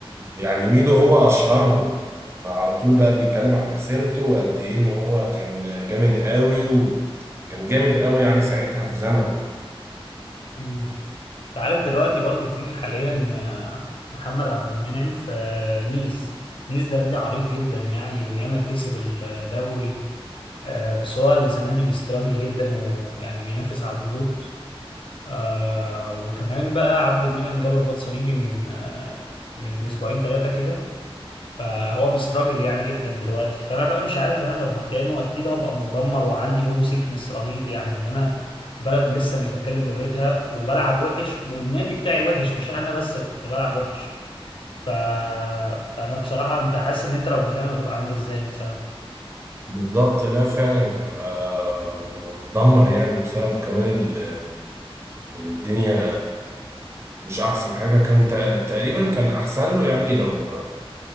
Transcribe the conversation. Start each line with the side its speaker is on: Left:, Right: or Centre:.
Right: يعني ميدو هو اشهرهم على طول بقى بيتكلم عن مسيرته وقد ايه ان هو كان جامد قوي وكان جامد قوي يعني ساعتها في زمنه
Left: مم. أنت عارف دلوقتي برضو في حاليا آه، محمد عبد المنعم في نيس نيس ده نادي عريق جدا يعني وياما كسب الدوري آه، بس هو السنة دي بيستراجل جدا ويعني بينافس على الهبوط آه وكمان بقى عبد المنعم جاله رباط صليبي من آه من اسبوعين ثلاثه كده فهو بيستراجل يعني جدا دلوقتي فانا بقى مش عارف انا لو مكانه اكيد هبقى متدمر وعندي هوم سيكنس رهيب يعني ان انا في بلد لسه مش بتكلم لغتها وبلعب وحش والنادي بتاعي وحش مش انا بس اللي بلعب وحش ف... فانا بصراحه انت حاسس ان انت لو مكانه هتبقى عامل ازاي مثلا
Right: بالظبط لا فعلا هبقى متدمر يعني بسبب كمان ال- الدنيا مش احسن حاجة كان تق- تقريبا كان احسن له يعني لو